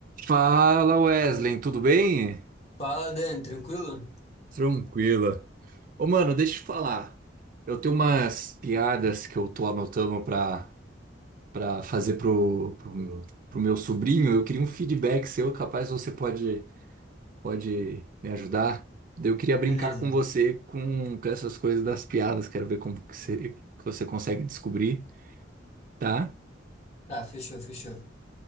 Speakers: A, on the right (about 45°); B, on the left (about 35°).
A: Fala Wesley, tudo bem?
B: Fala, Dani, tranquilo?
A: Tranquila. Ô mano, deixa eu te falar. Eu tenho umas piadas que eu tô anotando pra, pra fazer pro, pro, pro meu sobrinho. Eu queria um feedback seu, capaz você pode, pode me ajudar. Daí Eu queria brincar
B: Beleza.
A: com você com, com essas coisas das piadas. Quero ver como que você, que você consegue descobrir, tá?
B: Tá, fechou, fechou.